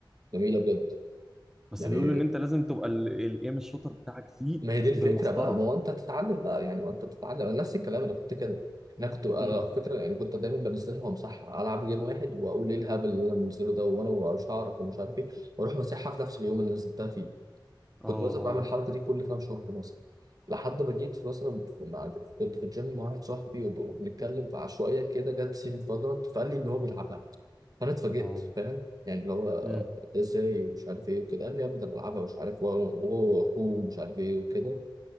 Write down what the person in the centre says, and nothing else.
بس
بيقولوا ان انت لازم تبقى ال- الايم الشوتر بتاعك فيه
بالمسطره
امم
اه
اه
اه
امم